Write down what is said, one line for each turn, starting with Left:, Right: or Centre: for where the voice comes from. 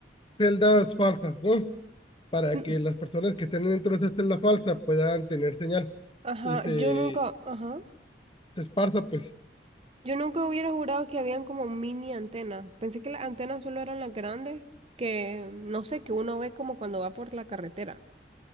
Left: celdas falsas, ¿no? Para
Right: mm,
Left: que las personas que estén dentro de esa celda falsa puedan tener señal
Right: Ajá,
Left: y se,
Right: yo nunca, ajá,
Left: se esparza, pues.
Right: yo nunca hubiera jurado que habían como mini antenas. Pensé que las antenas solo eran las grandes, que no sé, que uno ve como cuando va por la carretera.